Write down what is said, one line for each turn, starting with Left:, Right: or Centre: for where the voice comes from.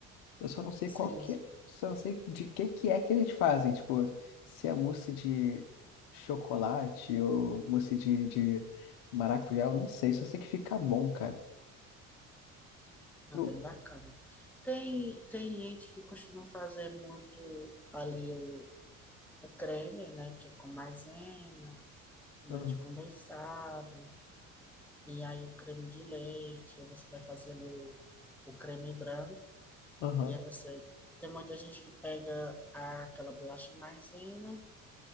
Left: Eu só não sei
Centre: Sim,
Left: qual que
Centre: sim,
Left: é, só não sei de que que é que eles fazem, tipo, se é mousse de chocolate ou mousse de, de maracujá, eu não sei, só sei que fica bom, cara.
Centre: é
Left: Eu-
Centre: bem bacana. Tem, tem gente que costuma fazer muito ali o, o creme, né, que é com maisena, leite
Left: Aham.
Centre: condensado. E aí o creme de leite, aí você vai fazer ali o, o creme branco,
Left: aham.
Centre: e aí você. Tem muita gente que pega a- aquela bolacha maisena,